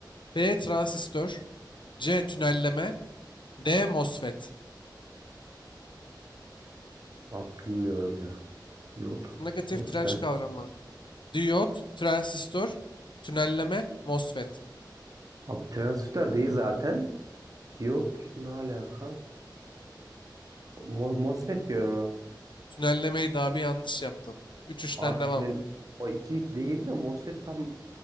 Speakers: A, on the left; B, on the right.
A: B. Transistör C. Tünelleme D. MOSFET
B: Abi bilmiyorum ya. Diyot,
A: Negatif
B: MOSFET.
A: direnç kavramı. Diyot, transistör, tünelleme, MOSFET.
B: Abi transistör değil zaten. Diyot ne alaka? Mo- MOSFET diyorum ha.
A: Tünellemeyi daha bir yanlış yaptın. Üç 3ten
B: Abi
A: devam.
B: tünel o iki değil de MOSFET tam